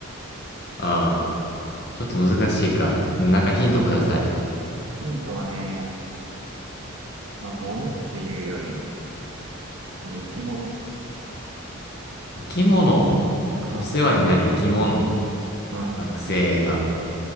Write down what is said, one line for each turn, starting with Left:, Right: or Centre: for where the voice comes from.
Left: ああ、ちょっと難しいか。なんかヒントください。
Right: ヒントはね、まあ、物っていうより、まあ、生き物。
Left: 生き物。
Right: <laughs>
Left: お世話になる生き物。
Right: うん、うん。
Left: 学生が。